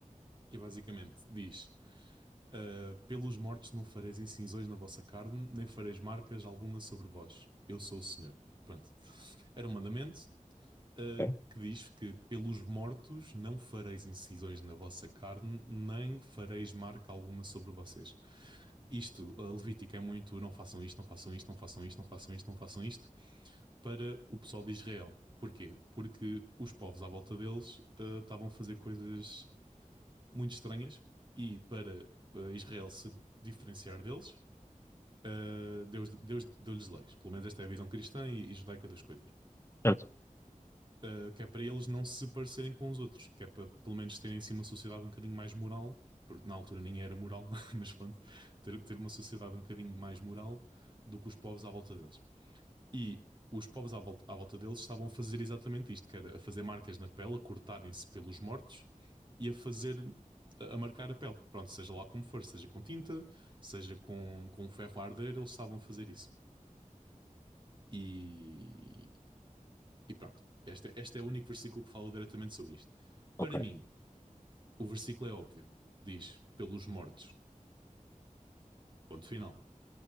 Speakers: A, on the right; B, on the left.
A: e basicamente diz: ah, Pelos mortos não fareis incisões na vossa carne, nem fareis marcas alguma sobre vós. Eu sou o Senhor. Pronto. Era um mandamento uh,
B: Ok.
A: que diz que pelos mortos não fareis incisões na vossa carne, nem fareis marca alguma sobre vocês. Isto, a Levítica é muito não façam isto, não façam isto, não façam isto, não façam isto, não façam isto, para o pessoal de Israel. Porquê? Porque os povos à volta deles uh, estavam a fazer coisas muito estranhas e para uh, Israel se diferenciar deles, uh, Deus, Deus deu-lhes leis. Pelo menos esta é a visão cristã e, e judaica das coisas.
B: Certo.
A: Uh, que é para eles não se parecerem com os outros, que é para pelo menos terem assim uma sociedade um bocadinho mais moral, porque na altura nem era moral, <laughs> mas pronto, ter, ter uma sociedade um bocadinho mais moral do que os povos à volta deles. E os povos à volta, à volta deles estavam a fazer exatamente isto, que era a fazer marcas na pele, a cortarem-se pelos mortos e a fazer, a, a marcar a pele. Pronto, seja lá como for, seja com tinta, seja com, com ferro a arder, eles estavam a fazer isso. E, e pronto, este, este é o único versículo que fala diretamente sobre isto.
B: Ok.
A: Para mim, o versículo é óbvio. Diz, pelos mortos. Ponto final.